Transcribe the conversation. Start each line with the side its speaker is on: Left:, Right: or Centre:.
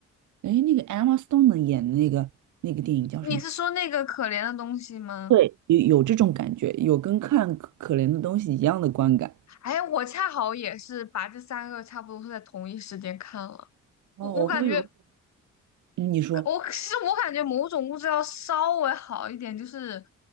Right: 哎，那个 Emma Stone 的演的那个那个电影叫什么？
Left: 你是说那个可怜的东西吗？
Right: 对，有有这种感觉，有跟看可可怜的东西一样的观感。
Left: 哎，我恰好也是把这三个差不多是在同一时间看了。
Right: 哦，
Left: 我我感觉
Right: 我会有，嗯你说。
Left: 我是我感觉某种物质要稍微好一点，就是，